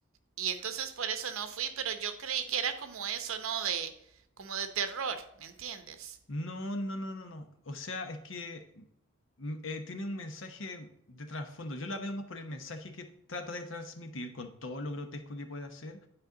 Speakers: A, on the right; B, on the left.
A: y entonces por eso no fui, pero yo creí que era como eso, ¿no? De, como de terror, ¿me entiendes?
B: No, no, no, no, no. O sea, es que mm, eh, tiene un mensaje de trasfondo. Yo la veo más por el mensaje que trata de transmitir con todo lo grotesco que puede hacer